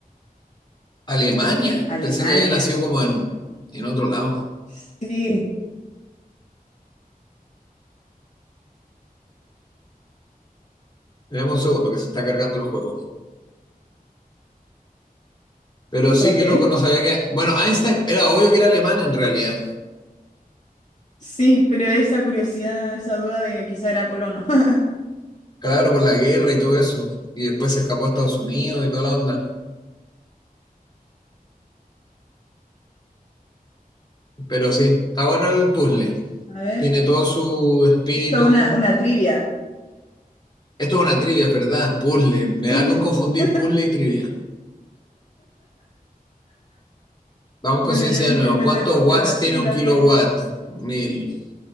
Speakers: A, on the left; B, on the left.
A: ¿Alemania?
B: Alemania.
A: Pensé que había nacido como en, en otro lado.
B: Sí,
A: Veamos un segundo que se está cargando el juego. Pero sí,
B: ok.
A: qué loco, no sabía que. Bueno, Einstein era obvio que era alemán en realidad.
B: Sí, pero esa curiosidad, esa duda de quizá era polono. <laughs>
A: Claro, por la guerra y todo eso. Y después se escapó a Estados Unidos y toda la onda. Pero sí, está bueno el puzzle.
B: A ver,
A: Tiene todo su espíritu.
B: esto es una, una trivia.
A: Esto es una trivia, ¿verdad? Puzzle. Me da
B: <laughs>
A: con confundir puzzle y trivia. Vamos con
B: Bueno,
A: ciencia
B: yo dije
A: de nuevo.
B: en vez
A: ¿Cuántos
B: de deporte
A: watts
B: Brasil,
A: tiene un
B: así
A: kilowatt?
B: que...
A: Mil.